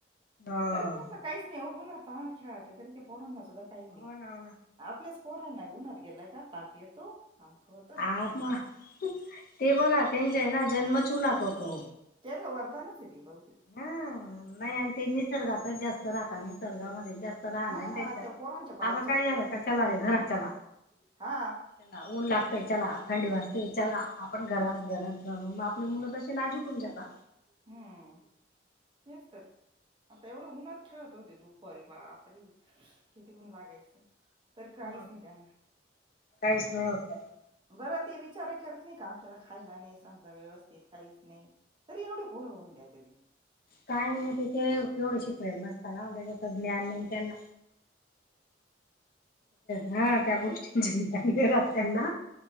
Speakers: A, on the left; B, on the right.
A: हो
B: तरी त्यांला काहीच नाही हो उन्हा तानात खेळाते तरी त्या पोरांना सुद्धा काही नाही.
A: हो ना हो ना
B: आपल्याच पोरांना उन्हात गेला का ताप येतो आमक हो
A: आ मा ते बघा त्यांच हे ना जन्मच उन्हात होतो.
B: त्यांना वरदानच आहे ते बहुतेक.
A: हम्म नाही आणि ते निसर्गातच जास्त राहतात, निसर्गामध्ये जास्त राहणं
B: हा
A: आहे ना त्यांचं
B: त्या पोरांच्या पायात
A: आबा
B: चपला
A: काय झालं
B: नाही
A: का चला
B: काही
A: रे
B: नाही
A: घरात चला.
B: हा
A: चला ऊन लागतय चला. थंडी वाजते चला आपण घरात घरात घालून मग आपली मुलं तशी नाजुक होऊन जाता.
B: हम्म तेच तर, आता एवढ्या उन्हात खेळत होते दुपारी बापरे! किती उन लागायचं, तरी काहीच
A: मग
B: नाही त्यांना.
A: काहीच नाही होत त्यांना
B: बरं ते विचार ही करत नाही का आपल्याला खायला नाही समजा व्यवस्थित काहीच नाही. तरी एवढे पोर होऊन देत्या ते
A: काही नाही ते ते एवढं शिकलेलं नसता ना ओ त्याच्यातलं एवढं ज्ञान नाही न त्यांना. हा त्या गोष्टीत जी ज्ञान नाही राहत त्यांना